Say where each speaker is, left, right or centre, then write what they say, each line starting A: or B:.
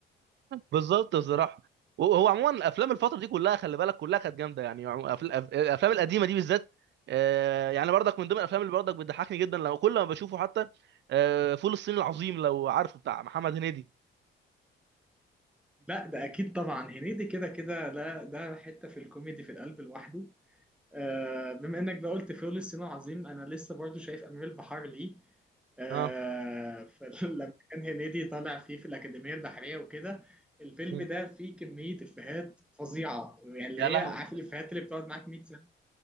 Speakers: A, on the right (about 65°); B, in the centre.
A: بالظبط بصراحه وهو عموما افلام الفتره دي كلها خلي بالك كلها كانت جامده يعني عمو- أف- الأف- الافلام القديمه دي بالذات آه، يعني برضك من ضمن الافلام اللي برضك بتضحكني جدا لو كل ما بشوفه حتى آه، فول الصين العظيم لو عارفه بتاع محمد هنيدي
B: <laughs> لا ده أكيد طبعا هنيدي كده كده لا ده حتة في الكوميدي في القلب لوحده آه، بما انك بقى قلت فيول الصين العظيم انا لسه برضو شايف امير البحار ليه آه،
A: اه
B: فلما <laughs> كان هنيدي طالع فيه في الأكاديمية البحرية وكده الفيلم
A: مم.
B: ده فيه كمية إفيهات فظيعة يعني اللي
A: يا
B: هي
A: لهوي
B: عارف
A: ده
B: الإفيهات اللي بتقعد معاك 100 سنة